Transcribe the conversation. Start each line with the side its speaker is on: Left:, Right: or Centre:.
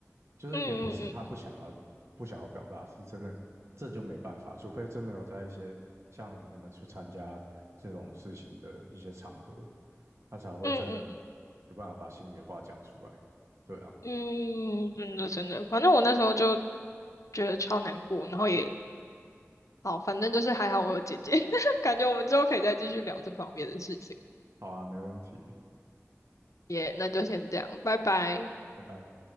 Right: 就是也不是他不想要不想要表达，
Left: 嗯嗯
Right: 是真的这就没办法，除非真的有在一些像你们去参加这种事情的一些场合，他才会真的
Left: 嗯嗯
Right: 有办法把心里的话讲出来。对啊，
Left: 嗯嗯，真的真的，反正我那时候就觉得超难过，然后也好，反正就是还好我有姐姐，<laughs> 感觉我们之后可以再继续聊这方面的事情。
Right: 好啊，没问题，
Left: 耶。那就先这样，拜拜。
Right: 拜拜。